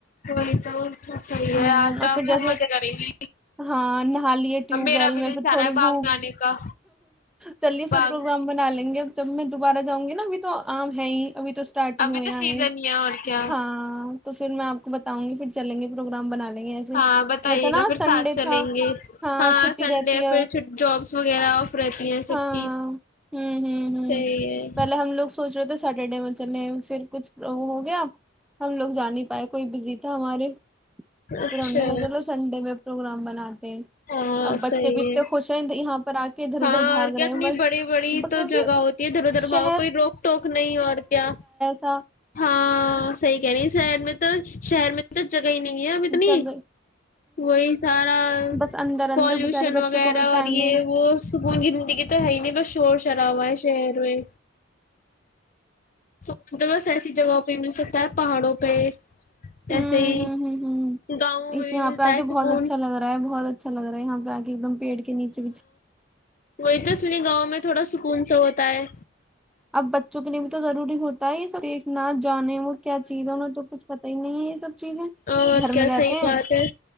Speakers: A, on the left; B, in the centre.
A: وہی تو سب صحیح ہے
B: ہ
A: آج
B: اور
A: تو آپ
B: پھر
A: خوب
B: جیسے
A: مزے کریں گی
B: ہاں نہا لیے ٹیوب
A: میرا
B: ویل
A: بھی
B: میں
A: دل
B: پھر
A: چاہ
B: تھوڑی
A: رہا ہے باغ
B: بھوک
A: میں آنے کا
B: چلیے پھر
A: باغ
B: پروگرام بنا لیں گے ا جب میں دوبارہ جاؤں گی نا تو عام ہے ہی ابھی تو اسٹارٹ ہی
A: ابھی
B: ہوئے
A: تو
B: آئے
A: سیزن
B: ہیں۔
A: ہی ہے اور کیا
B: ہاں تو پھر میں آپ کو بتاؤں گی پھر چلیں گے پروگرام بنا لیں گے ایسے
A: ہاں بتائیے
B: یہ تھا نا
A: گا پھر
B: سنڈے
A: ساتھ چلیں
B: تھا
A: گے
B: ہاں چھٹی
A: سنڈے
B: رہتی ہے
A: پھر جابس وغیرہ آف رہتی ہیں سب
B: ہاں
A: کی
B: ہ ہ ہ
A: صحیح ہے
B: پہلے ہم لوگ سوچ رہو تھ سٹر ڈے میں چلے پھر کچھ وہ ہو گیا ہم لوگ جا نہیں پائے کوئی بزیتا ہمارے
A: اچھا
B: پھر ان نے کہ چلو سنڈے میں پروگرام میں ہ
A: ہاں
B: <unintelligible> اب بچے
A: صحیح
B: بھی اتتے
A: ہے
B: خوش ہیں یہاں پر آ کے ادھر
A: ہاں
B: ادھر بھاگ
A: اور کیا
B: رہے
A: اتنی
B: ہیں بس
A: بڑی بڑی تو
B: کیونکہ
A: جگہ ہوتی ہے دھر دھر
B: شہر
A: باؤ کوئی روک ٹوک نہیں اور کیا
B: س <unintelligible>
A: ہاں صحیح کہ رہ شہر میں تو شہر میں تو گئی نہیں اب اتنی
B: جگہ
A: وہی سارا
B: بس اندر اندر
A: پالوشن
B: بچارے بچوں
A: وغیرہ
B: کو بھی
A: اور
B: ٹائم نہیں
A: یہ وہ سکون کی زندگی تو ہے ہی نہیں بس شور شرابے ہوا ہے شہر میں سکون تو بس ایسی جگہوں پہ مل سکتا ہے پہاڑوں پہ
B: ہوں
A: ایسے ہی
B: ہ ہ ہ
A: گاؤں
B: اسے
A: میں بھی
B: یہاں
A: ملتا
B: پہ آے
A: ہے سکون
B: بہت اچھا لگ رہا ہے بہت اچھا لگ رہا ہے یہاںہ گا کہ ایک دم پیڑ کے نیچے بچھ
A: ہوئیتاس نہیں گاؤں میں تھوڑا سکون سا ہوتا ہے
B: اب تو ضروری ہوتا ہے ہی دیکھنا نے وہ کیا چیز ہے نا تو کچھ پتہ ہی نہیں ہے یہ سب چیزیں
A: اور
B: گھر میں
A: کیا
B: رہتے
A: صحیح
B: ہیں
A: بات ہے